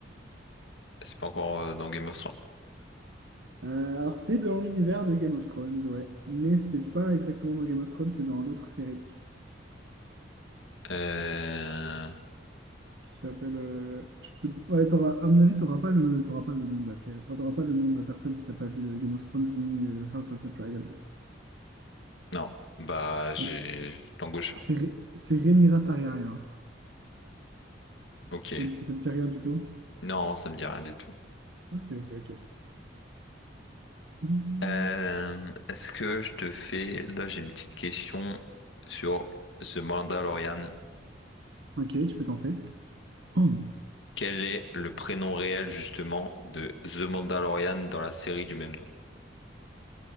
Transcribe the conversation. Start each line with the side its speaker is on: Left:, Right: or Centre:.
Left: C'est pas encore euh, dans Game of Thrones.
Right: Euh, alors, c'est dans l'univers de Game of Thrones, ouais. Mais c'est pas exactement dans Game of Thrones, c'est dans l'autre série
Left: Euh...
Right: qui s'appelle. euh, Je peux... Ouais, t'auras- à mon avis, t'auras pas le... t'auras pas le nom de la série. Enfin, t'auras pas le nom de la personne si t'as pas vu euh, Game of Thrones ni euh, House of the Dragon.
Left: Non. Bah,
Right: C'est
Left: j'ai
Right: c'est-
Left: l'angosha.
Right: c'est Ré- c'est Rhaenyra Targaryen.
Left: Ok.
Right: Ça ne te dit rien du tout?
Left: Non, ça me dit rien du tout.
Right: Ok, ok, ok. Mm.
Left: Euh, Est-ce que je te fais... Là, j'ai une petite question sur The Mandalorian.
Right: Ok, tu peux tenter. Oh,
Left: Quel est le prénom réel justement de The Mandalorian dans la série du même nom?